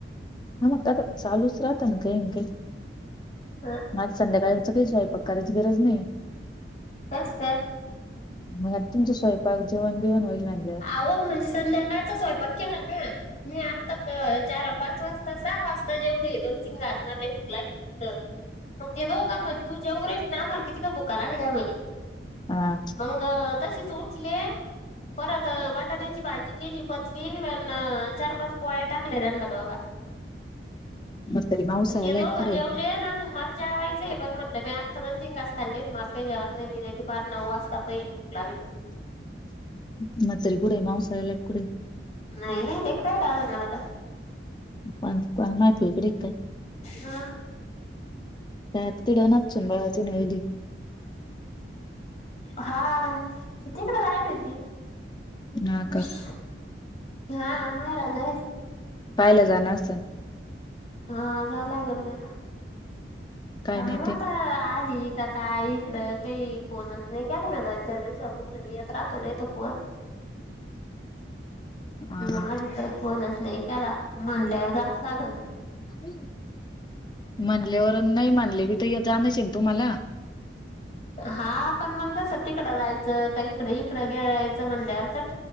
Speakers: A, on the left (about 25°); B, on the left (about 40°).
A: हा मग आता, चालूच राहत ना काही -काही
B: ह
A: म आज संध्याकाळचं काय स्वयंपाक करायची गरज नाही
B: कस काय?
A: मग आता तुमच स्वयंपाक जेवण बिवन होईल म्हणल्यावर
B: अहो म्हणजे संध्याकाळचा स्वयंपाक केला म्या, मी आत्ता चार-पाच वाजता सहा वाजता जेवले, दोन तीन घास मला लय भूक लागली तिथं, मग ते दोघं म्हणे तू जेव रे, ना आम्हाला कितिका भुका लागल्या म्हणे.
A: हा
B: मंग तसीच उठले परत बटाट्याची भाजी केली पचली अन, चार पाच पोळ्या टाकल्या त्यांना दोघांना
A: मग तरी मावसाळ्याला
B: ते दोघं
A: एक कुठे
B: जेवले आजून मला जेवायचय पण म्हटलं मी आता दोन-तीन गास खाल्लेत, मला काही जेवायच नाही, मी नाय का पार नऊ वाजता पैली भूक लागली
A: <unintelligible> मला तरी कुठंय मासालाय कुढय
B: नाही-नाही, ते काय रागवत नाही मला
A: पण, पण माहितेय ब्रेक हाय
B: हा.
A: त्यात <unintelligible>
B: हा, तिकडं राहायली होती...
A: हा का
B: हा, बाहेर आलोय...
A: पाहिलं जाणार असं...
B: हा झाला गला..
A: काय
B: कानू
A: नाही त्या
B: आता आज.. येती का काय इकडं, काही फोनच नाही केला मी, दोनचार दिवसापासून येत राहतो नाय त फोन...
A: <unintelligible> हा
B: म माझ काय फोनच नाही केला म्हनल्यावर जास्त लागल ना...
A: का... म्हणल्यावरून नाही म्हनले मी तर जाणच हाय तुम्हाला...
B: हा पण मग जस तिकडं जायचं का इकड इकडं घ्यायचं म्हणल्यावर कच